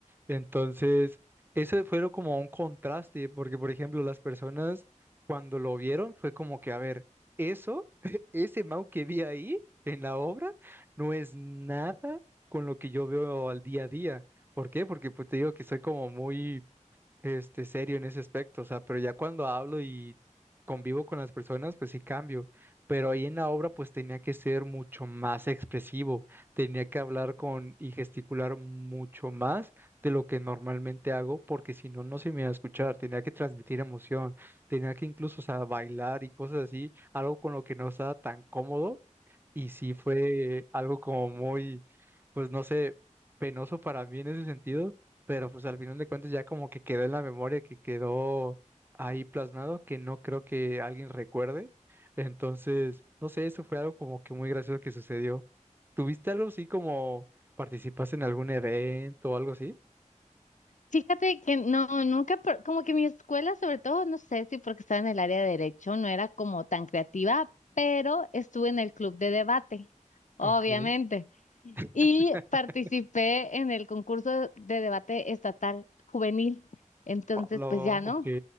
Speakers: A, on the right; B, on the left.
A: Entonces, eso fue lo- como un contraste, porque por ejemplo, las personas cuando lo vieron fue como que, a ver, eso, <laughs> ese Mau que vi ahí en la obra, no es nada con lo que yo veo al día a día. ¿Por qué? Porque pues te digo que soy como muy este, serio en ese aspecto, o sea, pero ya cuando hablo y convivo con las personas, pues sí cambio, pero ahí en la obra pues tenía que ser mucho más expresivo, tenía que hablar con y gesticular mucho más de lo que normalmente hago, porque si no, no se me iba a escuchar, tenía que transmitir emoción, tenía que incluso, o sea, bailar y cosas así, algo con lo que no estaba tan cómodo y sí fue algo como muy, pues no sé, penoso para mí en ese sentido, pero pues al final de cuentas ya como que quedó en la memoria, que quedó ahí plasmado, que no creo que alguien recuerde. Entonces, no sé, eso fue algo como que muy gracioso que sucedió. ¿Tuviste algo así como participaste en algún evento o algo así?
B: Fíjate que no, nunca, por- como que mi escuela, sobre todo, no sé si porque estaba en el área de derecho, no era como tan creativa, pero estuve en el club de debate, obviamente,
A: Ok.
B: y
A: <laughs>
B: participé en el concurso de debate estatal juvenil. Entonces,
A: Ah, Lo,
B: pues ya no.
A: ok,